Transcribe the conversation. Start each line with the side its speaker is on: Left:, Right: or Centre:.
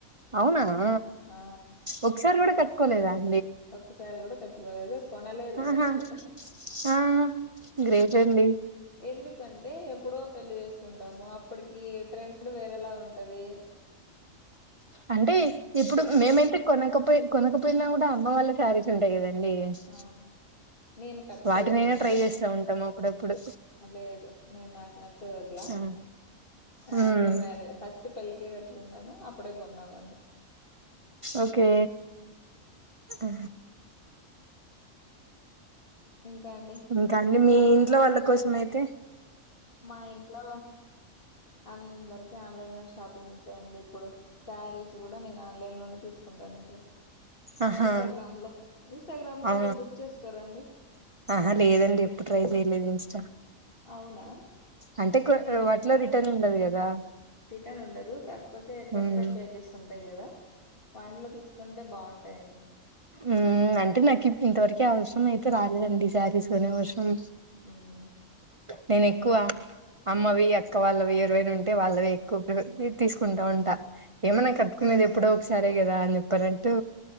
Right: అవునా ఆ
Left: ఆ
Right: ఒకసారి కూడా కట్టుకోలే కొలేద అండి
Left: ఒక్కసారి కూడా కట్టుకోలేదు కొనలేదు
Right: ఆహా
Left: ఫస్ట్
Right: ఆ గ్రేట్ అండి
Left: ఎందుకంటే ఎప్పుడో పెళ్లి చేసుకుంటాము అప్పటికి ట్రెండ్ వేరేలా ఉంట అవే
Right: అంటే ఇప్పుడు మేమైతే కొనకపో కొనకపోయినా కూడా అమ్మ వాళ్ళకి సారీస్ ఉంటాయి కదండీ అండి
Left: ఆ నేను కట్టుకోలేదండి
Right: వాటి నేనే ట్రై చేస్తా ఉంటాము అప్పుడప్పుడు
Left: లేదు నేను నాకు నా నాకు నచ్చదు అట్లా
Right: ఆ ఉమ్
Left: ఆఫ్టర్ మ్యారేజ్ ఫస్ట్ పెళ్లికి కట్టుకున్నాను అప్పుడే కొన్నామన్ని
Right: ఓకే హా
Left: ఇంకా అండి
Right: ఇంకాని
Left: షాపింగ్
Right: మీ ఇంట్లో వాళ్ళ కోసంయితే తే
Left: మా ఇంట్లో అందరికి ఆన్లైన్ షాపింగ్స్ అండి ఇప్పుడు శారీస్ కూడా నేను ఆన్లైన్ లోనే తీసుకు ఉంటని ఇప్పుడు
Right: ఆహా
Left: ఇన్స్టాగ్రామ్ లో ఇన్స్టాగ్రామ్ లో
Right: ఆ
Left: మీరు బుక్ చేసుకోరండి
Right: ఆహా లేదండి ఎప్పుడు ట్రై చెయలేదు ఇన్స్టా
Left: అవునా
Right: అంటే కొ
Left: నీ
Right: వాటిలో రిటర్న్ ఉండదు కదా
Left: రిటర్న్ ఉండదు కాకపోతే ట్రస్టెడ్
Right: ఉమ్
Left: పేజెస్ ఉంటాయి కదా వాటిలో తీసుకుంటే బాగుంటాయండి
Right: ఉ అంటే నాకు ఇంతవరకే అవసరం అయితే రాలేదండి సారీస్ కొనే అవసరం
Left: ఉమ్
Right: నేను ఎక్కువ అమ్మవి అక్క వాళ్ళవి ఇరవైరు ఉంటే వాళ్ళవి ఎక్కువ తీసుకుంటా ఉంటా ఏమైనా
Left: ఓకే
Right: కట్టుకునేది ఎప్పుడో సరే గదా అని చెప్పానాటు